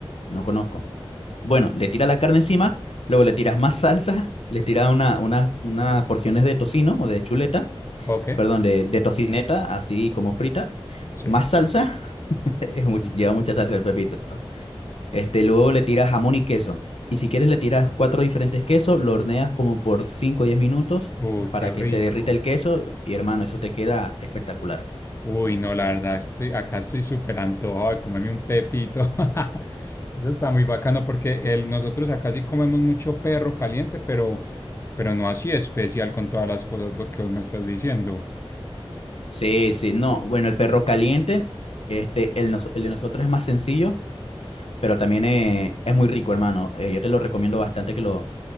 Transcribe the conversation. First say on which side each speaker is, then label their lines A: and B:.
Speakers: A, on the left; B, on the left.
A: no conozco. Bueno, le tiras la carne encima, luego le tiras más salsa, le tiras una, unas unas porciones de tocino o de chuleta,
B: Ok,
A: perdón, de, de tocineta, así como frita,
B: sí.
A: más salsa, <laughs> es much-
B: Ujú.
A: lleva mucha salsa el pepito. Este, luego le tiras jamón y queso. Y si quieres le tiras cuatro diferentes quesos, lo horneas como por 5 o 10 minutos
B: Uy,
A: para
B: qué
A: que
B: rico.
A: se derrita el queso. Y hermano, eso te queda espectacular.
B: Uy, no, la verdad, estoy, acá estoy súper antojado de comerme un pepito. <laughs> Eso está muy bacano porque el, nosotros acá sí comemos mucho perro caliente, pero, pero no así especial con todas las cosas bo- que vos me estás diciendo.
A: Sí, sí, no, bueno, el perro caliente, este, el, nos- el de nosotros es más sencillo, pero también eh, es muy rico, hermano. Eh, yo te lo recomiendo bastante que lo,